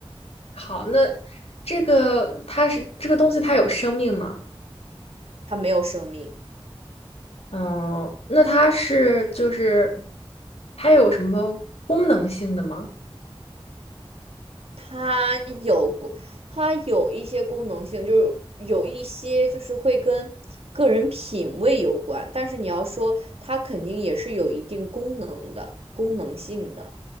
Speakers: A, on the left; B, on the right.
A: 好，那这个它是这个东西，它有生命吗？
B: 它没有生命，
A: 嗯，那它是就是它有什么功能性的吗？
B: 它有过，它有一些功能性，就是有一些就是会跟个人品味有关，但是你要说它肯定也是有一定功能的，功能性的。